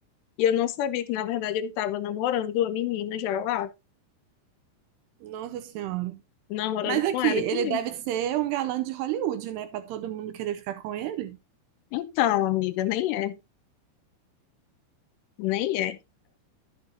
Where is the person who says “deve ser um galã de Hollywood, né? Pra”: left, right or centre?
Right